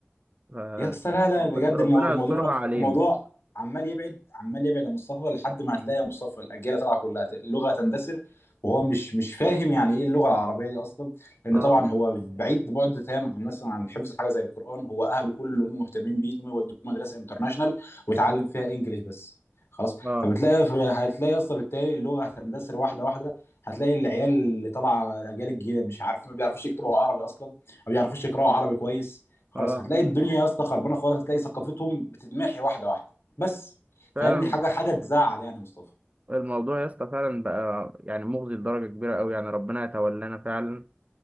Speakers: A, on the right (about 35°); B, on the left (about 85°).
A: ف...
B: يا اسطى لا لا
A: رب-
B: بجد
A: ربنا
B: المو- الموضوع
A: يسترها علينا
B: الموضوع عمال يبعد عمال يبعد يا مصطفى لحد ما هتلاقي يا مصطفى الاجيال طالعه كلها ت- اللغه تندثر وهو مش مش فاهم يعني ايه اللغه العربيه دي اصلا لان
A: اه
B: طبعا هو بعيد بعد تام عن مثلا عن حفظ حاجه زي القران هو اهله كلهم مهتمين بيه انهم يودوه مدرسه انترناشونال ويتعلم فيها انجليش بس خلاص
A: اه
B: فبتلاقي هتلاقي اصلا بالتالي اللغه هتندثر واحده واحده هتلاقي العيال اللي طالعه الاجيال الجديده مش عارف ما بيعرفوش يكتبوا عربي اصلا ما بيعرفوش يقراوا عربي كويس خلاص
A: اه
B: هتلاقي الدنيا يا اسطى خربانه خالص هتلاقي ثقافتهم بتتمحي واحده واحده بس
A: فعلا
B: فيعني حاجه حاجه تزعل يعني يا مصطفى
A: الموضوع يا اسطى فعلا بقى يعني مخزي لدرجة كبيرة أوي يعني ربنا يتولانا فعلا